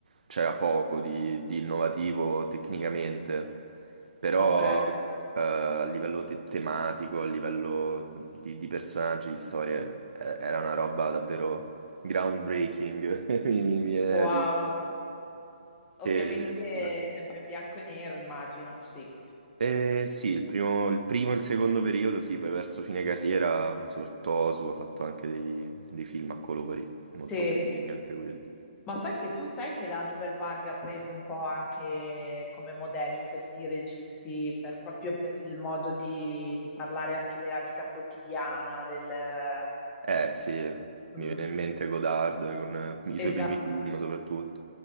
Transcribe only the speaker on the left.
ok,
wow.
Ovviamente
sempre in bianco e nero, immagino, sì.
Sì.
Ma poi che tu sai che la Nouvelle Vague ha preso un po' anche come modelli questi registi per- proprio per il modo di, di parlare anche della vita quotidiana, del...
Mm, mm,
esa-